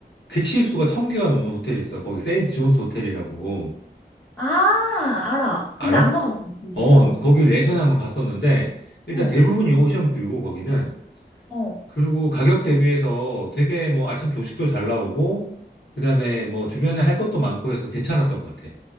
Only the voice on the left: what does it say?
객실 수가 천 개가 넘는 호텔이 있어. 거기 세인트 존스 호텔이라고
알아?
어,
거기 예전에 한번 갔었는데 일단
대부분이 오션뷰고 거기는
그리고 가격 대비해서 되게 뭐 아침 조식도 잘 나오고, 그다음에 뭐 주변에 할 것도 많고 해서 괜찮았던 것 같아.